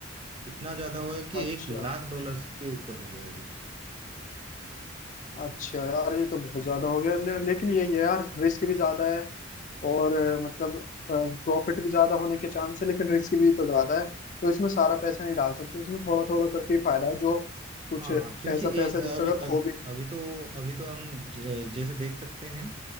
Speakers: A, on the right; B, on the left.
A: इतना ज्यादा हो गया कि
B: अच्छा
A: एक लाख डॉलर्स के ऊपर हो गया है अभी
B: अच्छा यार ये तो बहुत ज्यादा हो गया ले, लेकिन ये ये यार रिस्क भी ज्यादा है और अ, मतलब प्रॉफिट भी ज्यादा होने के चांस है लेकिन रिस्क भी तो ज्यादा है तो इसमें सारा पैसा नहीं डाल सकते इसमें थोड़ा थोड़ा करके ही फायदा है जो कुछ
A: हाँ
B: ऐसा
A: हाँ क्योंकि ए,
B: पैसा जिससे
A: अभी
B: अगर
A: अब
B: खो भी
A: अभी तो अभी तो हम ज- जैसे देख सकते हैं